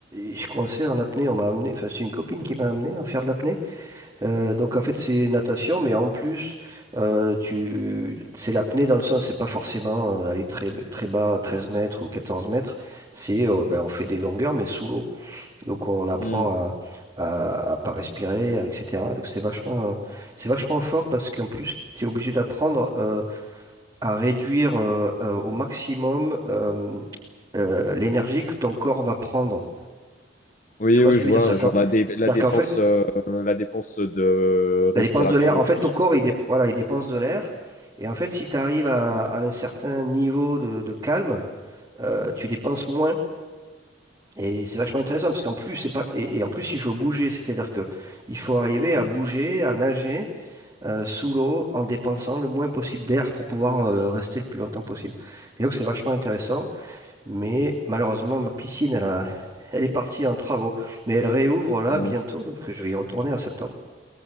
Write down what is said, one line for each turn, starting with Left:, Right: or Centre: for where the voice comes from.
Right: j'ai commencé en apnée, on m'a amené, enfin c'est une copine qui m'a amené à faire de l'apnée. Euh, donc en fait c'est natation, mais en plus euh, tu, c'est l'apnée dans le sens, c'est pas forcément euh, d'aller très, très bas, 13 mètres ou 14 mètres, c'est euh, ben, on fait des longueurs mais sous l'eau. Donc on apprend
Left: Mhm.
Right: à, à, à pas respirer, à- etc. Donc c'est vachement, euh, c'est vachement fort parce qu'en plus tu es obligé d'apprendre euh, à réduire euh, euh, au maximum. euh, euh, l'énergie que ton corps va prendre.
Left: Oui,
Right: Tu vois
Left: oui,
Right: ce
Left: je
Right: que je
Left: vois,
Right: veux dire? C'est-à-dire
Left: genre
Right: qu'en
Left: la, dé- la
Right: c'est-à-dire
Left: dépense,
Right: qu'en fait,
Left: euh, la dépense de respiratoire
Right: la dépense de l'air,
Left: de
Right: en fait,
Left: plus.
Right: ton corps, il, dé- voilà, il dépense de l'air. Et en fait, si tu arrives à, à un certain niveau de, de calme, euh, tu dépenses moins. Et c'est vachement intéressant parce qu'en plus, c'est pas, et, et en plus, il faut bouger. C'est-à-dire que il faut arriver à bouger, à nager euh, sous l'eau en dépensant le moins possible d'air pour pouvoir euh, rester le plus longtemps possible. Et donc, c'est vachement intéressant. Mais malheureusement, ma piscine, elle, a- elle est partie en travaux. Mais elle réouvre là
Left: Ah
Right: bientôt,
Left: mince.
Right: donc je vais y retourner en septembre.